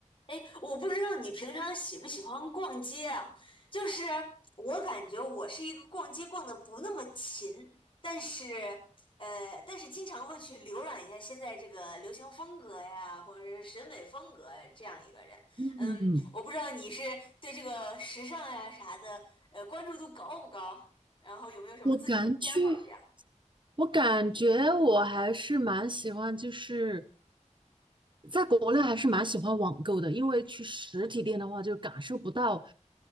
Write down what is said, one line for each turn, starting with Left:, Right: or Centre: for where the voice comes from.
Left: 哎，我不知道你平常喜不喜欢逛街啊？就是我感觉我是一个逛街逛的不那么勤，但是呃，但是经常会去浏览一下现在这个流行风格呀，或者是审美风格呀这样一个人。
Right: 嗯，
Left: 嗯，我不知道你是对这个时尚呀啥的，呃，关注度高不高？然后有没有什么自己的偏好这样？
Right: 我感觉，我感觉我还是蛮喜欢，就是在国内还是蛮喜欢网购的，因为去实体店的话就感受不到，